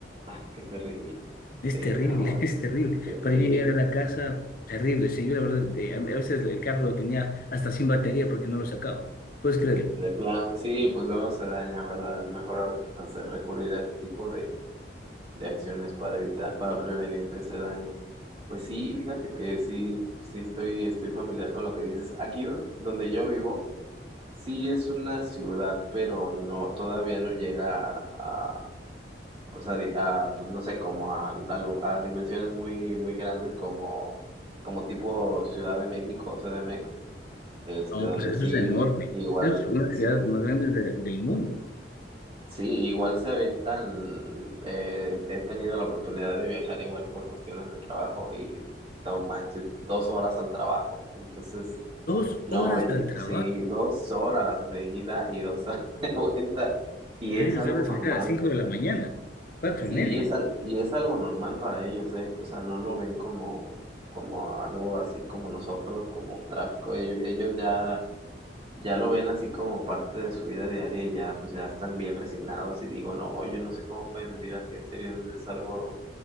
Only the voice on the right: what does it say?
ah, qué terrible.
Sí,
ah, bueno,
sí,
sí,
de plan, sí, pues luego se daña, ¿verdad? Es mejor a veces hacer recurrir a ese tipo de de acciones para evitar, para prevenir que se dañe. Pues sí, fíjate que sí, sí estoy, estoy familiar con lo que dices. Aquí don- donde yo vivo, sí es una ciudad, pero no, todavía no llega a, a, pues a, di- a, pues no sé, como a, a lu- a dimensiones muy, muy grandes como, como tipo Ciudad de México o CDMX, este,
donde
sí,
igual,
sí
Sí, igual se avientan. eh, he tenido la oportunidad de viajar igual por cuestiones de trabajo y no manches, dos horas al trabajo. Entonces,
no,
y-
sí, dos horas de ida y dos horas <laughs> de vuelta. Y
es algo
normal,
sí,
y es, al- y es algo normal para ellos, ¿eh? O sea, no lo ven como, como algo así como nosotros, como tráfico. Ellos, ellos ya ya lo ven así como parte de su vida diaria y ya pues ya están bien resignados y digo, no, yo no sé cómo pueden vivir así, en serio, es algo